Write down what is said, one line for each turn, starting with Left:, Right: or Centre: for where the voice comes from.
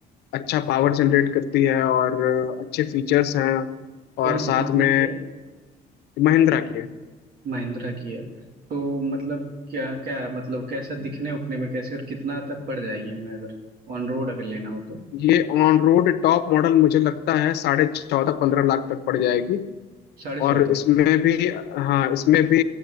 Left: अच्छा पावर जनरेट करती है और अच्छे फीचर्स हैं
Right: कौन
Left: और साथ
Right: सी कंपनी
Left: में
Right: की है
Left: महिंद्रा की है
Right: महिंद्रा की है तो मतलब क्या क्या मतलब कैसा दिखने उखने में कैसे और कितना तक पड़ जाएगी हमें अगर ऑन रोड अगर लेना हो तो
Left: ये ऑन रोड टॉप मॉडल मुझे लगता है साढ़े चौदह पंद्रह लाख तक पड़ जाएगी
Right: साढ़े चौदह
Left: और इसमें भी हाँ इसमें भी